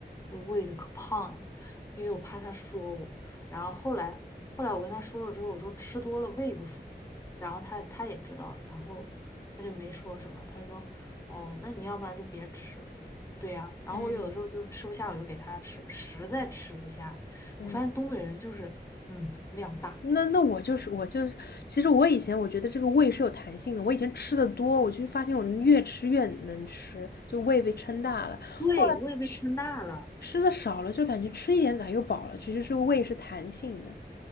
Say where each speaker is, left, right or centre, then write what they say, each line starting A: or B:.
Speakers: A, on the left; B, on the left.
A: 被喂的可胖了，因为我怕他说我。然后后来后来我跟他说了之后，我说吃多了胃不舒服，然后他他也知道了，然后他就没说什么。他说哦，那你要不然就别吃了。对呀，然后我有的时候就吃不下，
B: 嗯
A: 我就给他吃，实在吃不下，
B: 嗯，
A: 我发现东北人就是嗯量大，
B: 那那我就是我就是，其实我以前我觉得这个胃是有弹性的，我以前吃的多，我就发现我越吃越能吃，就胃被撑大了。
A: 对，
B: 后来吃
A: 我也被撑大了。
B: 吃的少了，就感觉吃一点咋又饱了，其实是胃是弹性的。